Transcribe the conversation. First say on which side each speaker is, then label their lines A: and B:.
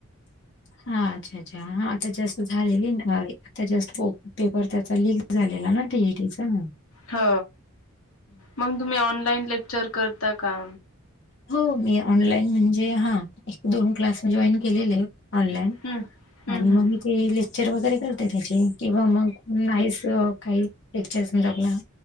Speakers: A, on the left; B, on the left.
A: हा अच्छा अच्छा हा आता जास्त झालेली ना, अय आता जास <unintelligible> पेपर त्याचा लीक झालेला ना, टीईटीचा ना.
B: हो मं ग तुम्ही ऑनलाईन लेक्चर करता का?
A: हो मी ऑनलाईन म्हणजे हा एक <unintelligible> दोन क्लास मीजॉईन केलेले हे. ऑनलाईन
B: हं. हं,
A: आणि
B: हं.
A: म मी ते येले. चेर वगैरे करते त्याचे किंवा मग नाहीस काही लेक्चर <unintelligible> म्हणजा आपला.